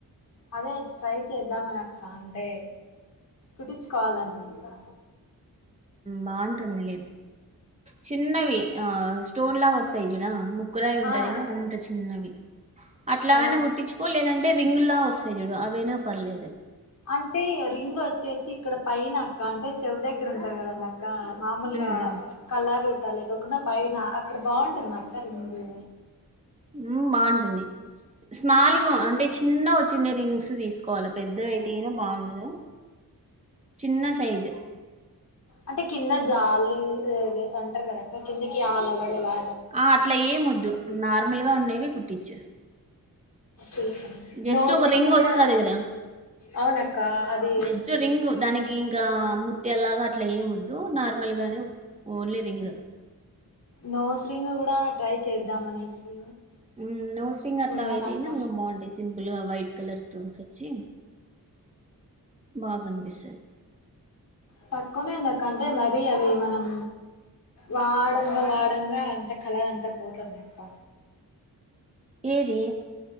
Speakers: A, on the left; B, on the right.
A: అదే ట్రై చేద్దామని అనక్క అంటే కుట్టిచుకోవాలండి ఇంకా
B: బాగుంటుందిలే చిన్నవి ఆ స్టోన్ లాగా వస్తాయి ముక్కురాయి ఉంటదిదా
A: ఆ అక్క
B: అంత చిన్నవి అట్లావైనా
A: అలా
B: గుట్టించుకో లేదంటే రింగుల్లా వస్తాయి చూడు అవైనా పర్లేదు
A: అంటే రింగ్ వొచ్చేసి ఇక్కడ పైన అక్క అంటే చెవు దగ్గర ఉంటది కదా అండి అక్క మాములుగా
B: మ్మ్, మ్మ్.
A: కలరు పర్లే లేకోకుండా పైన అక్కడ బాగుంటుంది కర్ గింది
B: ఉమ్ బాగుంటుంది స్మాల్గా అంటే చిన్నగా వొచిన్నడే రింగ్స్ తీసుకోవాలి పెద్దగ అయితేనా బాగుండదు చిన్న సైజు
A: అంటే కింద జాలి అంటారు కదా అక్క కిందికి ఆల పడేలా
B: ఆ అట్లా ఏమ్ వొద్దు నార్మల్ గా ఉండేవి కుట్టిచ్చు
A: చూస్తాను
B: జస్ట్
A: నోస్
B: ఒక రింగ్ వొస్తాది
A: కూడా
B: గాధ
A: అవునక్క అది
B: జస్ట్ రింగ్ దానికి ఇంకా త్యాల్ లాగా అట్లా ఎం వొద్దు నార్మల్ గానే వొద్దు ఓన్లీ రింగు
A: నోస్ రింగ్ గూడ ట్రై చేద్దాం అనేసి
B: మ్, నోస్ రింగ్ అట్లా
A: ఉన్నానా
B: అయితేనా
A: అక్క
B: ఇంకా బాగుంటాయి సింపుల్ గా వైట్ కలర్ స్టోన్స్ వచ్చి బాగా కనిపిస్తది
A: తక్కువనే ఉందక్క అంటే మరి అవి మనం వాడంగా వాడంగా అంటే కలర్ అంతా పోతుందక్కా
B: ఏది